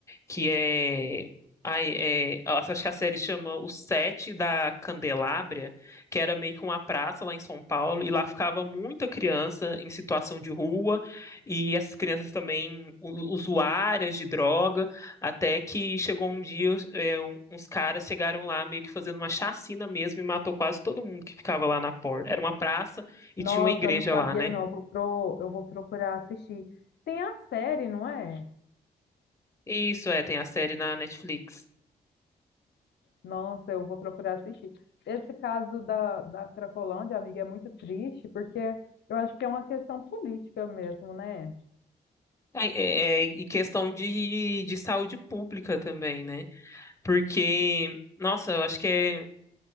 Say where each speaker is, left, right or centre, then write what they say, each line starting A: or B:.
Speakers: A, on the left; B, on the left.
A: que é. Ai, é, acho que a série chama O Sete da Candelária, que era meio que uma praça lá em São Paulo, e lá ficava muita criança em situação de rua, e essas crianças também u- usuárias de droga, até que chegou um dia, é, um- uns caras chegaram lá meio que fazendo uma chacina mesmo e matou quase todo mundo que ficava lá na porta. Era uma praça e
B: Nossa,
A: tinha uma igreja
B: eu não sabia
A: lá, né?
B: não. Eu vou, pro- eu vou procurar assistir. Tem a série, não é?
A: Isso, é, tem a série na Netflix.
B: Nossa, eu vou procurar assistir. Esse caso da, da Cracolândia, amiga, é muito triste porque eu acho que é uma questão política mesmo, né?
A: É, é- é- e questão de, de saúde pública também, né? Porque, nossa, eu acho que é,